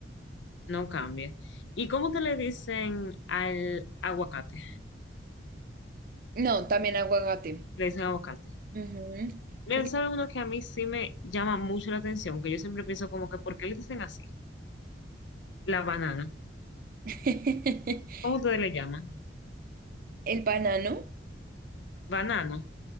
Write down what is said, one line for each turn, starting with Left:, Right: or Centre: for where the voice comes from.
Left: no cambia. ¿Y cómo te le dicen al aguacate?
Right: No, también aguacate.
Left: Le dicen aguacate.
Right: Ujú.
Left: Mira,
Right: Porque
Left: tú sabes uno que a mí sí me llama mucho la atención, que yo siempre pienso como que ¿por qué le dicen así? La banana.
Right: <laughs>
Left: ¿Cómo ustedes le llaman?
Right: el banano.
Left: Banano.